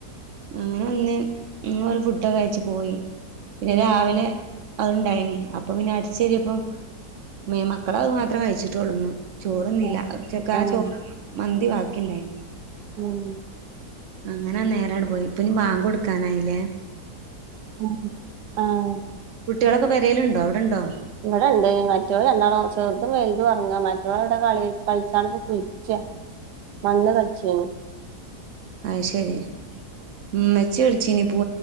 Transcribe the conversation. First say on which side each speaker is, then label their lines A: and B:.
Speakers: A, on the right (about 60°); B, on the right (about 80°).
A: അങ്ങനെ വന്ന് ഫുഡൊക്കെ കഴിച്ച് പോയി പിന്നെ
B: ഉം
A: രാവിലെ അത്ണ്ടായിന് അപ്പ പിന്നെ അടിച്ചേരിയപ്പം മേ മക്കള് അത് മാത്രം കഴിച്ചിട്ടൊള്ളുന്ന്. ചോറന്നില്ലച്ചക്ക
B: ആഹ് ആഹ്
A: ആ ചോറ് മ ന്തി വാക്കില്ല ആയിന്.
B: ഉം.
A: അങ്ങനാ നേരടു പോയി ഇപ്പൊ ഇനി ബാങ്ക് കൊടുക്കാനായില്ലേ.
B: മ് ആഹ്.
A: കുട്ട്യേളൊക്കെ പെരേല്ണ്ടോ അവ്ടെണ്ടോ.
B: ഇവിടെണ്ട് മറ്റോൽ രണ്ടാളും ചെർതും വെൽതും ഒറങ്ങ മറ്റോൽ കളി കളിചാണ്ട് കുളിച്ച മണ്ണ് കളിച്യേനി.
A: അയ്ശരി ഇമ്മച്ചി വിളിച്ചിനി പോ